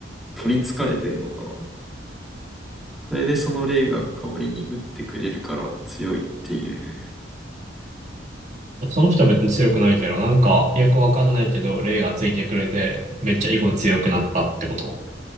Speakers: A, in the centre; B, on the right.
A: 取り憑かれてんのかな。それでその霊が代わりに打ってくれるから強いっていう。
B: その人は別に強くないけど、なんか、よくわかんないけど、霊がついてくれて、めっちゃ囲碁強くなったってこと。